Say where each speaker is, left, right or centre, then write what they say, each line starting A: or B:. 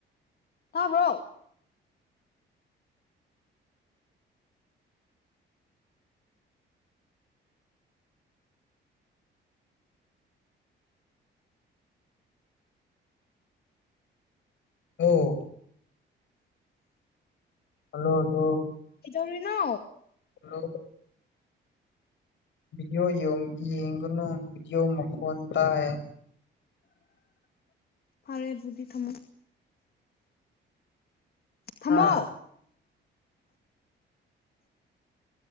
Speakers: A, on the left; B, on the left.
A: ꯇꯥꯕ꯭ꯔꯣ
B: ꯑꯣ ꯍꯜꯂꯣ ꯍꯜꯂꯣ
A: ꯀꯩꯗꯧꯔꯤꯅꯣ
B: ꯍꯜꯂꯣ ꯙꯤꯗꯤꯌꯣ ꯌꯦꯡꯒꯅꯨ ꯙꯤꯗꯤꯌꯣ ꯃꯈꯣꯟ ꯇꯥꯏꯌꯦ
A: <unintelligible> ꯐꯔꯦꯗꯨꯗꯤ ꯊꯝꯃꯣ ꯊꯝꯃꯣ
B: ꯍꯥ